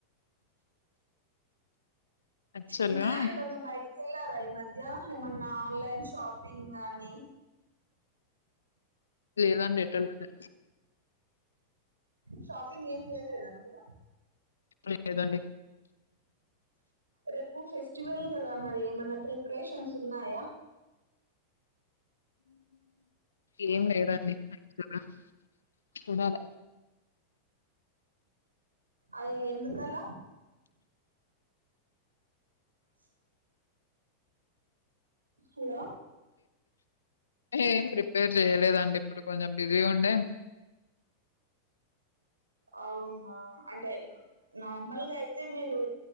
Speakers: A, on the left; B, on the right.
A: యాక్చువల్
B: ఇంకా
A: గా
B: ఎటన్న బైటిక్ కెళ్లారా ఈ మధ్య ఏమన్నా ఆన్లైన్ షాపింగాని
A: లేదాండి ఎటు ఎల్తలే
B: షాపింగ్ ఏం చేయలేదా మీరు
A: లేదండి
B: రేపు ఫెస్టివల్ గదా మరి ఏమన్నా ప్రిపరేషన్స్ ఉన్నాయా
A: ఏం లేదండి పెద్దగా చూడాల
B: అయ్యో ఎందుకాల స్ హలో
A: ఏం ప్రిపేర్ చెయలేదండి ఇప్పుడు కొంచెం బిజీగుండే
B: అ అవునా అంటే నార్మల్గా అయితే మీరు